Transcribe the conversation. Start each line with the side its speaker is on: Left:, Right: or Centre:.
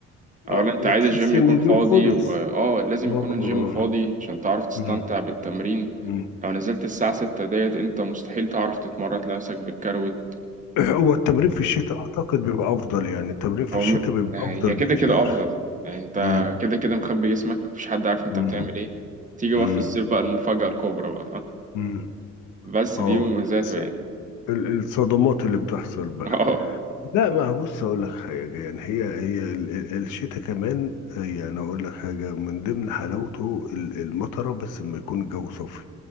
Right: أولا
Left: اه
Right: أنت
Left: بتحس
Right: عايز الجيم يكون
Left: ان اليوم
Right: فاضي
Left: خلص
Right: وآه لازم
Left: اه
Right: يكون الجيم
Left: آه.
Right: فاضي
Left: آه.
Right: عشان تعرف تستمتع
Left: مم.
Right: بالتمرين
Left: مم.
Right: لو نزلت الساعة ستة ديت أنت مستحيل تعرف تتمرن تلاقي نفسك بالكروت
Left: <clears throat> هو التمرين في الشتاء اعتقد بيبقى افضل يعني التمرين في
Right: أو
Left: الشتاء
Right: م-
Left: بيبقى
Right: آه،
Left: افضل
Right: هي كده
Left: بكتير
Right: كده أفضل يعني أنت
Left: امم
Right: كده كده مخبي جسمك مفيش حد عارف أنت
Left: امم
Right: بتعمل إيه تيجي بقى
Left: امم
Right: في الصيف بقى المفاجأة الكبرى بقى فاهم؟
Left: امم
Right: بس
Left: اه
Right: دي مميزاته
Left: الص-
Right: يعني
Left: ال- الصدمات اللي بتحصل
Right: <laughs>
Left: بقى
Right: أه
Left: لا ما بص اقول لك حاجه يعني هي هي ال- ال- الشتاء كمان يعني اقول لك حاجه من ضمن حلاوته ال- المطره بس لما يكون الجو صافي